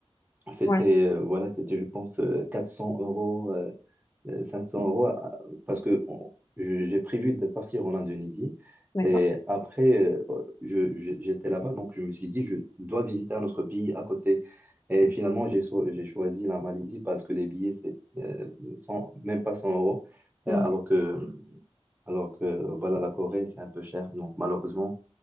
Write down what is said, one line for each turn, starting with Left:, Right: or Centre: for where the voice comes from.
Right: C'était,
Left: Ouais,
Right: euh, voilà, c'était, je pense, euh, 400 euros euh, euh, 500 euros à- parce que on- je- j'ai prévu de partir en Indonésie
Left: d'accord.
Right: et après euh, je- je- j'étais là-bas donc je me suis dit je dois visiter un autre pays à côté et finalement j'ai so- j'ai choisi la Malaisie parce que les billets c'est euh, cent- même pas 100 euros
Left: Mm.
Right: euh, alors que alors que voilà la Corée c'est un peu cher donc malheureusement